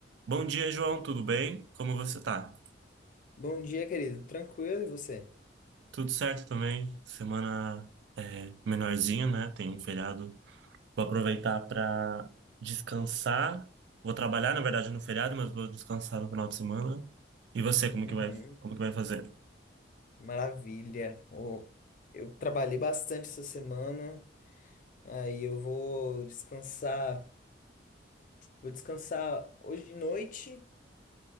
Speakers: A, on the right; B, on the left.
A: Bom dia, João, tudo bem? Como você tá?
B: Bom dia, querido. Tranquilo, e você?
A: Tudo certo também. Semana é menorzinha, né? Tem um feriado. Vou aproveitar para descansar. Vou trabalhar, na verdade, no feriado, mas vou descansar no final de semana. E você, como
B: Uhum,
A: que vai, como que vai fazer?
B: maravilha. Ô, eu trabalhei bastante essa semana, aí eu vou descansar. Vou descansar hoje de noite